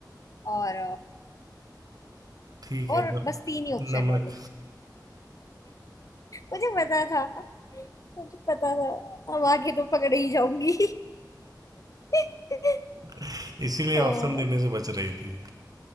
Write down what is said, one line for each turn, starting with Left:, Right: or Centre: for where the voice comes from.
Left: और
Right: ठीक है
Left: और
Right: नम,
Left: बस तीन ही ऑप्शन
Right: नमक
Left: है लोग मुझे पता था मुझे पता था अब आगे तो पकड़ ही जाऊंगी <laughs>
Right: <laughs> इसीलिए
Left: तो
Right: ऑप्शन देने से बच रही थी